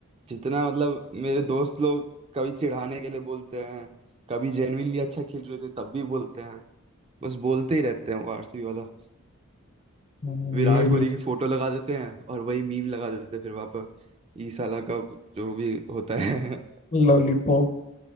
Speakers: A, on the right; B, on the left.
A: जितना मतलब मेरे दोस्त लोग कभी चिढ़ाने के लिए बोलते हैं कभी जेन्युइनली अच्छा खेल रहे थे तब भी बोलते हैं बस बोलते ही रहते हैं वो आरसीबी वाला
B: हम्म,
A: विराट
B: ये बिल्कुल
A: कोहली की फोटो लगा देते हैं और वही मीम लगा देते हैं फिर वापस ई साला का जो भी होता है
B: <laughs> लॉलीपॉप